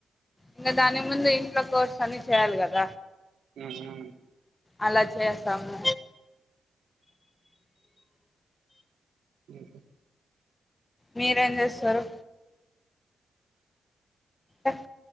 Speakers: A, on the left; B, on the right.
A: ఇంకా దాని ముందు ఇంట్లో కోర్స్ అని చయ్యాల్ కద
B: హమ్ మ్మ
A: అలా చేస్తాము
B: హమ్
A: మీరేం చేస్తారు అక్